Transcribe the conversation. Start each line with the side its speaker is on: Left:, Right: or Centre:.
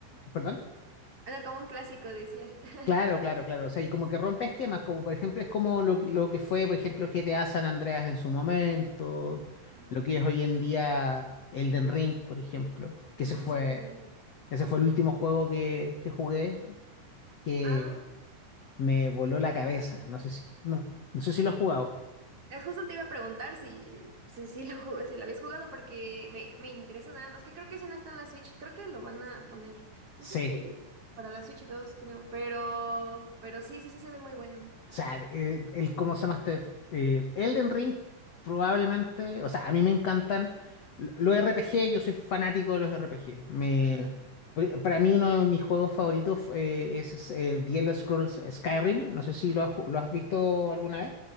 Left: perdón,
Right: Era como un clásico, decía. <laughs>
Left: claro, claro, claro, o sea, y como que rompe esquemas, como por ejemplo es como lo, que- lo que fue, por ejemplo, GTA San Andreas en su momento,
Right: Ujú.
Left: lo que es hoy en día Elden Ring, por ejemplo, que
Right: Mm,
Left: se fue...
Right: sí, también.
Left: Ese fue el último juego que, que jugué. que
Right: Ah.
Left: me voló la cabeza. No sé si, no, no sé si lo has jugado.
Right: Eh, Justo te iba a preguntar si, si, si lo jugué, si lo habías jugado, porque me, me interesa nada más, que creo que ese no está en la Switch, creo que lo van a poner,
Left: Sí.
Right: no sé si para la Switch 2 creo, pero, pero sí, sí, sí se ve muy bueno.
Left: O sea, eh, el cómo se llama este eh, Elden Ring, probablemente. O sea, a mí me encantan l- los RPG, yo soy fanático de los RPG. Me,
Right: Ajá.
Left: pr- para mí, uno de mis juegos favoritos eh, es, es, eh, The Elder Scrolls Skyrim. No sé si lo has, ju- lo has visto alguna vez.